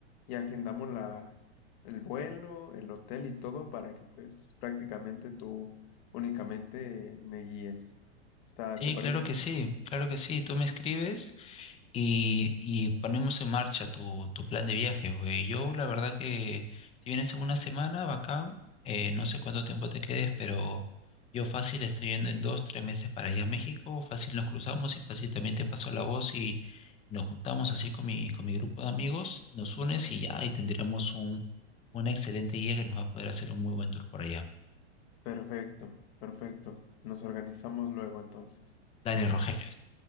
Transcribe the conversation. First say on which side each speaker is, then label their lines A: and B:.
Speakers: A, on the left (about 40°); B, on the left (about 15°).
A: y agendamos la, el vuelo, el hotel y todo para que pues prácticamente tú únicamente eh, me guíes. Está,
B: Sí,
A: ¿te parece?
B: claro que sí, claro que sí, tú me escribes Y, y ponemos en marcha tu, tu plan de viaje. güey. Yo la verdad que si vienes en una semana, bacán, eh, no sé cuánto tiempo te quedes, pero yo fácil estoy yendo en dos, tres meses para allá a México, fácil nos cruzamos y fácil también te paso la voz y nos juntamos así con mi, con mi grupo de amigos, nos unes y ya, y tendremos un, una excelente guía que nos va a poder hacer un muy buen tour por allá.
A: Perfecto, perfecto. Nos organizamos luego entonces.
B: Dale, Rogelio,